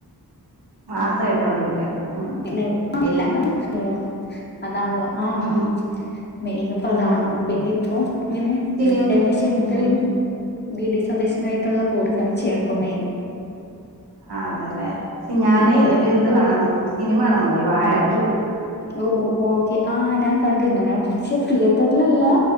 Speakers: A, on the right (about 80°); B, on the left (about 25°).
A: വാർത്ത കേട്ടോണ്ടിരിക്ക ഉം
B: പിന്നെ എല്ലാം <unintelligible> ല്ലോ അതാൺല്ലോ ആഹ
A: ഉം
B: മെയിൻ പ്രധാണ്
A: ഉം
B: പിന്നെ ഇപ്പൊ ഇങ്ങനെ
A: സിനിം
B: രമേശ് ചെന്നിത്തലിം
A: ഉം
B: ബി ഡി സതീശ് നായിട് ട്ടുള്ള കൂടിക്കാഴ്ചയാണ് ഇപ്പൊ മെയിൻ
A: ആ അതെലേ ക് ഞാന്
B: ഉം പറയൂ
A: ഒര് ഇത് വാണാം സിനിമ കാണാൻ പോയി വാഴാറ്റു
B: ഓ ഓക്കെ ആഹ് ഞാൻ കണ്ടിര്ന്നു ഞാ പക്ഷെ തിയേറ്ററിലല്ല